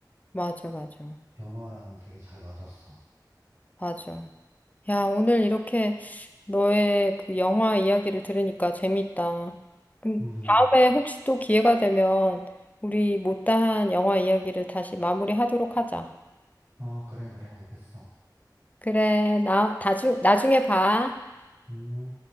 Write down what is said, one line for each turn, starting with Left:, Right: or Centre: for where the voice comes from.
Left: 맞아, 맞아.
Right: 영화랑 되게 잘 맞았어.
Left: 맞아. 야, 오늘 이렇게 너의 그 영화 이야기를 들으니까 재밌다. 그럼
Right: 음,
Left: 다음에 혹시 또 기회가 되면 우리 못다한 영화 이야기를 다시 마무리하도록 하자.
Right: 어, 그래, 그래, 알겠어.
Left: 그래, 나, 나중, 나중에 봐.
Right: 음.